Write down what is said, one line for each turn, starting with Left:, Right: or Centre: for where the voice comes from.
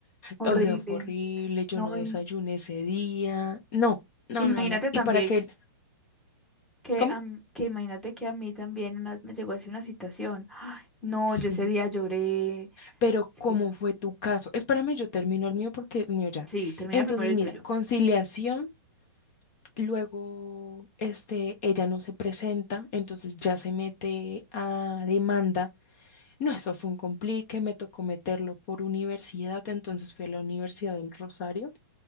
Centre: horrible.
Left: O sea, fue horrible, yo
Centre: No,
Left: no desayuné
Centre: im-
Left: ese día. No, no,
Centre: imagínate
Left: no, no.
Centre: también
Left: ¿Y para qué?
Centre: Que,
Left: ¿Cómo?
Centre: am- que imagínate que a mí también una vez me llegó así una citación. Ay, no,
Left: Sí.
Centre: yo ese día lloré.
Left: Pero
Centre: Ese
Left: ¿cómo
Centre: día-
Left: fue tu caso? Espérame, yo termino el mío porque el mío ya.
Centre: Sí, termina
Left: Entonces,
Centre: primero el
Left: mira,
Centre: tuyo.
Left: conciliación, luego, este, ella no se presenta, entonces ya se mete a demanda. No, eso fue un complique, me tocó meterlo por universidad, entonces fui a la Universidad del Rosario.